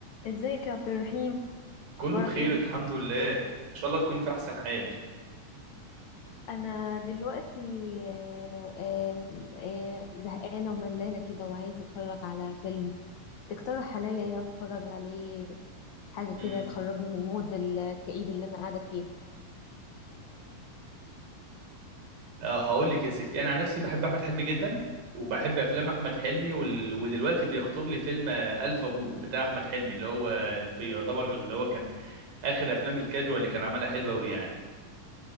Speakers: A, on the left (about 65°); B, on the right (about 85°).
A: ازيك يا عبد الرحيم
B: كله
A: اخبارك
B: بخير
A: ايه
B: الحمد لله ان شاء الله تكوني في احسن حال
A: انا دلوقتي آه، آه، آه، زهقانه وملانه كده وعايزه اتفرج على فيلم تقترح عليا ايه اتفرج عليه حاجه
B: امم
A: كده تخرجني من المود الكئيب اللي انا قاعده فيه
B: اه هقول لك يا ستي انا عن نفسي بحب احمد حلمي جدا وبحب افلام احمد حلمي وال... ودلوقتي بيخطر لي فيلم آه، الف مبروك بتاع احمد حلمي اللي هو في يعتبر اللي هو كان اخر افلام الكاجوال اللي كان عملها حلوه قوي يعني